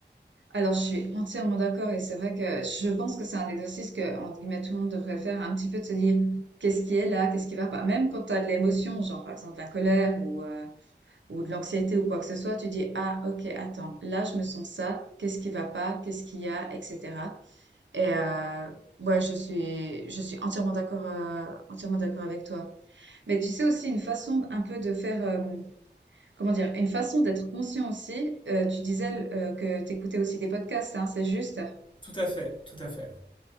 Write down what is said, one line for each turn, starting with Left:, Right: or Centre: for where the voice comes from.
Right: Alors, je suis entièrement d'accord et c'est vrai que je pense que c'est un exercice que, entre guillemets, tout le monde devrait faire, un petit peu de se dire qu'est-ce qui est là, qu'est-ce qui va pas. Même quand tu as de l'émotion, genre par exemple la colère ou, euh, ou de l'anxiété ou quoi que ce soit, tu dis, ah, ok, attends, là, je me sens ça, qu'est-ce qui va pas, qu'est-ce qu'il y a, etc. Et euh, ouais, je suis, je suis entièrement d'accord, euh, entièrement d'accord avec toi. Mais tu sais aussi une façon un peu de faire, euh, comment dire, une façon d'être conscient aussi. euh, tu disais euh, que t'écoutais aussi des podcasts, hein, c'est juste.
Left: Tout à fait, tout à fait.